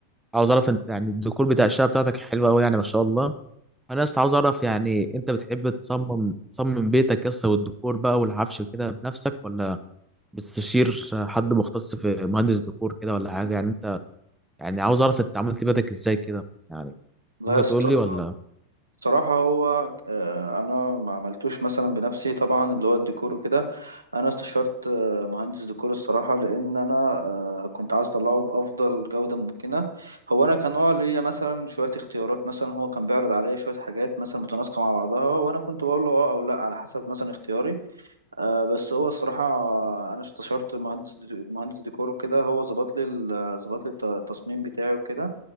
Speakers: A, in the centre; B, on the right (about 80°).
A: عاوز اعرف انت يعني الديكور بتاع الشقه بتاعتك حلوه قوي يعني ما شاء الله انا يا اسطى عاوز اعرف يعني انت بتحب تصمم تصمم بيتك يا اسطى والديكور بقى والعفش كده بنفسك ولا بتستشير حد مختص في مهندس ديكور كده ولا حاجه يعني انت يعني عاوز اعرف انت عملت بيتك ازاي كده يعني
B: لا
A: ممكن
B: يا اسطى
A: تقول لي ولا
B: الصراحه هو آه، انا ما عملتوش مثلا بنفسي طبعا اللي هو الديكور وكده انا استشرت آه، مهندس ديكور الصراحه لان انا آه، كنت عايز اطلعه بافضل جوده ممكنه هو انا كان اه ليا مثلا شويه اختيارات مثلا هو كان بيعرض عليا شويه حاجات مثلا متناسقه مع بعضها وانا كنت بقول له اه او لا على حسب مثلا اختياري آه بس هو الصراحة آه، أنا استشرت مهندس مهندس ديكور وكده هو ظبط لي ال- ظبط لي الت- التصميم بتاعي وكده